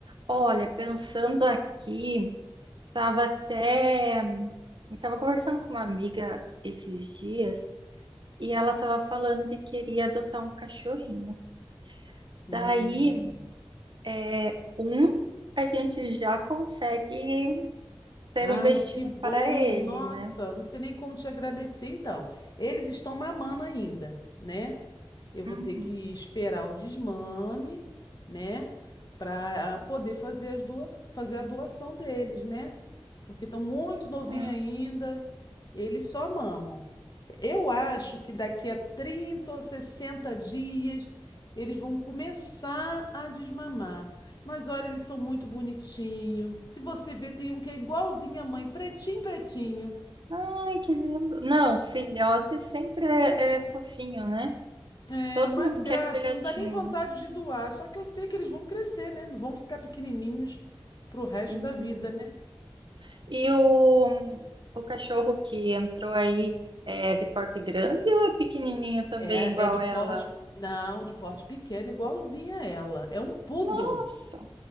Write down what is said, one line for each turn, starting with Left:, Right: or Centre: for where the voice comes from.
Right: olha, pensando aqui, tava até... Eu tava conversando com uma amiga esses dias e ela estava falando que queria adotar um cachorrinho.
Left: Hum.
Right: Daí, é, um, a gente já consegue ter
Left: Ai,
Right: um destino
Left: que bom!
Right: para ele,
Left: Nossa,
Right: né?
Left: não sei nem como te agradecer. Então, eles estão mamando ainda, né? Eu vou
Right: Uhum,
Left: ter que esperar o desmame, né? Para poder fazer as duas, fazer a doação deles, né? Porque estão muito novinhos
Right: é.
Left: ainda e eles só mamam. Eu acho que daqui a 30 ou 60 dias eles vão começar a desmamar. Mas olha, eles são muito bonitinhos. Se você ver, tem um que é igualzinho à mãe, pretinho, pretinho.
Right: Ai, que lindo. Não, filhote sempre é, é fofinho, né?
Left: É
Right: Todo
Left: uma
Right: mundo
Left: graça,
Right: quer filhotinho.
Left: não dá nem vontade de doar. Só que eu sei que eles vão crescer, né? Não vão ficar pequenininhos pro resto
Right: Uhum.
Left: da vida, né?
Right: E o, o cachorro que entrou aí é de porte grande ou é pequenininho também,
Left: É,
Right: igual
Left: é de
Right: ela?
Left: porte, não, de porte pequeno, igualzinho a ela. É um poodle.
Right: Nossa,